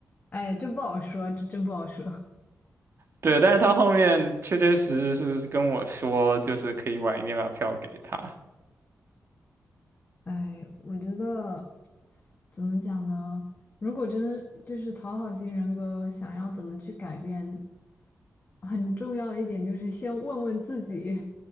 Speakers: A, on the left; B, on the right.
A: 哎，这不好说，这真不好说。
B: 对，但是他后面确确实实是跟我说，就是可以晚一点把票给他。
A: 哎，我觉得怎么讲呢？如果真就是讨好型人格，想要怎么去改变，很重要一点就是先问问自己，